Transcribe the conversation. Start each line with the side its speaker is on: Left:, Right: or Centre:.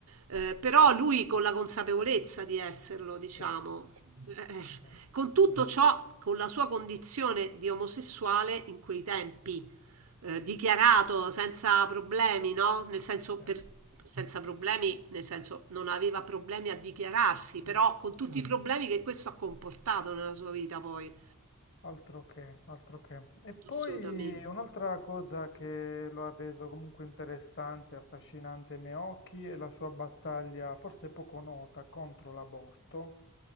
Right: Eh, però lui con la consapevolezza di esserlo, diciamo.
Left: sì,
Right: Eh,
Left: sì,
Right: con tutto ciò, con la sua condizione di omosessuale in quei tempi, eh, dichiarato senza problemi, no? Nel senso,
Left: sì,
Right: per- senza problemi, nel senso non aveva problemi a dichiararsi,
Left: certo.
Right: però con tutti i Mm. problemi che questo ha comportato nella sua vita poi.
Left: Altro che, altro che. E poi
Right: Assolutamente.
Left: un'altra cosa che lo ha reso comunque interessante, affascinante ai miei occhi è la sua battaglia, forse poco nota, contro l'aborto,